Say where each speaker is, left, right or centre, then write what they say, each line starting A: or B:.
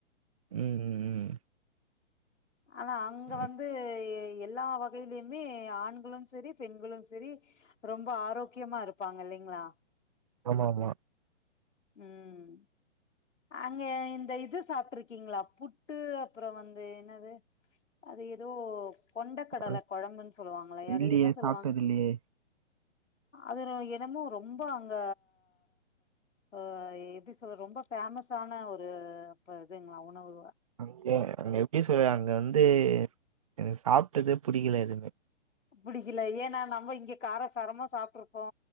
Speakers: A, on the right; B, on the left.
A: ம் ம்
B: ஆனா அங்க வந்து
A: ம்.
B: எல்லா வகையிலயுமே ஆண்களூ செரி பெண்களூ செரி ரொம்ப ஆரோக்கியமாருப்பாங்க இல்லைங்களா
A: ஆமா ஆமா
B: ம் அங்க இந்த இது சாப் ட்ருக்கீங்களா புட்டு அப்றோ வந்து என்னது அது ஏதோ கொண்ட கடல
A: அ-
B: கொழம்புன் சொல்லுவாங்களே அத
A: இல்லையே
B: என்ன சொல்லுவாங்க
A: சாப்பிட்டது இல்லையே
B: அது என்னமோ ரொம்ப அங்க ஆ எப்படி சொல்ற ரொம்ப ஃபேமஸ் ஆனா ஒரு ப இதுங்க உணவு
A: அங்கே அங்க எப்டி சொல் அங்க வந்து எனக்கு சாப்டதே புடிக்கல எதுமே
B: புடிக்கல ஏனா நம்ம இங்க கார சாரமா சாப்ட்டுருப்போ